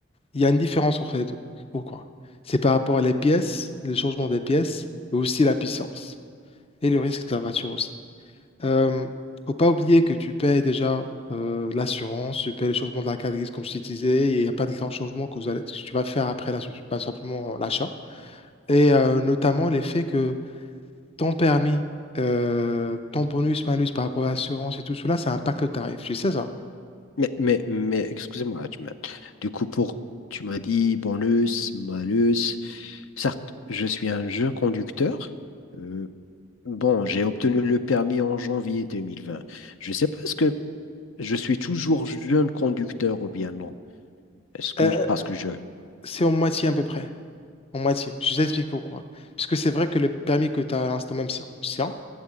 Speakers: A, on the left; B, on the left.
A: il y a une différence entre les deux. Pourquoi? C'est par rapport à les pièces, les changements des pièces, et aussi la puissance et le risque de la voiture aussi. Euh, faut pas oublier que tu payes déjà euh, l'assurance, tu payes le changement de la carte grise comme je t'ai disais, et il n'y a pas de grand changement que, vous allez- que tu vas faire après la- pas simplement l'achat. Et euh, notamment l'effet que ton permis, euh, ton bonus, malus par rapport à l'assurance et tout cela, ça impacte le tarif. Tu sais ça?
B: mais, mais, mais, excusez-moi, tu m'as- du coup, pour, tu m'as dit bonus, malus. Certes, je suis un jeune conducteur. Euh, bon, j'ai obtenu le permis en janvier 2020. Je ne sais pas, est-ce que je suis toujours jeune conducteur ou bien non? Est-ce que,
A: Euh,
B: je- parce que je,
A: c'est en moitié à peu près. En moitié. Je t'explique pourquoi. Parce que c'est vrai que le permis que tu as à l'instant, même si c'est ancien,